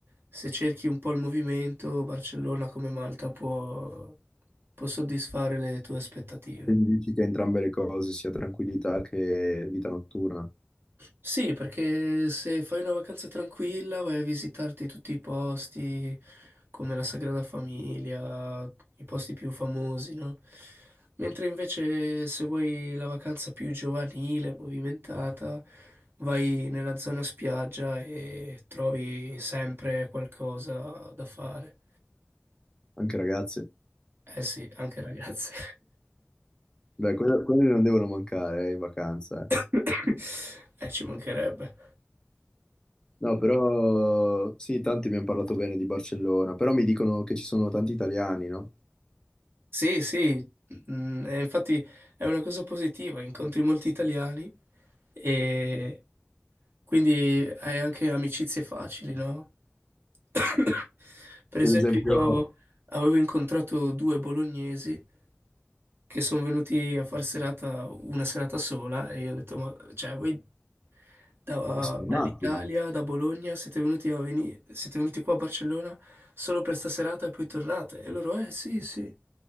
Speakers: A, on the right; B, on the left.
A: se cerchi un po' il movimento, Barcellona come Malta può, può soddisfare le tue aspettative.
B: quindi dici che entrambe le cose, sia tranquillità che vita notturna,
A: Sì, perché se fai una vacanza tranquilla vai a visitarti tutti i posti come la Sagrada Famiglia, i posti più famosi, no? Mentre invece se vuoi la vacanza più giovanile, movimentata, vai nella zona spiaggia e trovi sempre qualcosa da fare.
B: anche ragazze?
A: Eh sì, anche ragazze.
B: Beh, quello- quelle non devono mancare, eh, in vacanza, eh.
A: <laughs> Eh, ci mancherebbe.
B: No, però sì, tanti mi hanno parlato bene di Barcellona, però mi dicono che ci sono tanti italiani, no?
A: Sì, sì, mm, e infatti è una cosa positiva, incontri molti italiani e quindi hai anche amicizie facili, no? <coughs> Per esempio,
B: Per esempio,
A: io avevo incontrato due bolognesi che sono venuti a far serata una serata sola e io ho detto, ma cioè, voi da-
B: sono
A: dall'Italia,
B: matti.
A: da Bologna, siete venuti a veni- siete venuti qua a Barcellona solo per sta serata e poi tornate? E loro, eh sì, sì,